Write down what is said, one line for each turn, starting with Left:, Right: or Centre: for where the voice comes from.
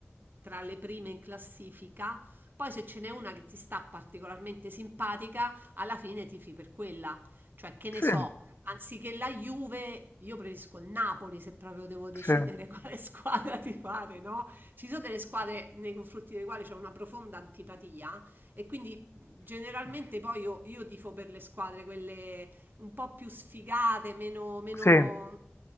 Right: tra le prime in classifica, poi se ce n'è una che ti sta particolarmente simpatica, alla fine tifi per quella. Cioè, che
Left: Sì,
Right: ne so, anziché la Juve, io preferisco il Napoli se proprio devo decidere
Left: sì,
Right: <laughs> quale squadra tifare, no? Ci sono delle squadre nei confronti delle quali c'è una profonda antipatia e quindi generalmente poi io, io tifo per le squadre, quelle un po' più sfigate, meno, meno,
Left: sì.